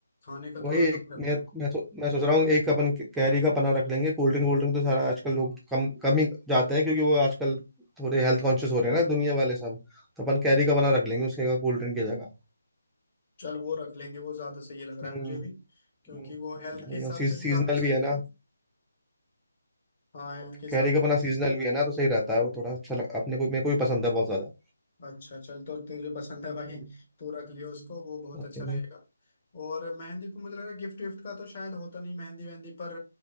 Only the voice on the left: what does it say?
खाने का
थोड़ा
कम रखना
है
चल वो रख लेंगे वो ज्यादा सही लग रहा
है मुझे भी
क्योंकि वो हेल्थ के
हिसाब
से भी काफी
सही
है ना हाँ हेल्थ के हिसाब
से
अच्छा चल तो तुझे पसंद है भाई
तू रख लियो उसको वो बहुत
अच्छा रहेगा और मेहंदी को मुझे लग रहा है गिफ्ट विफ्ट का तो शायद होता नहीं मेहंदी वहंदी पर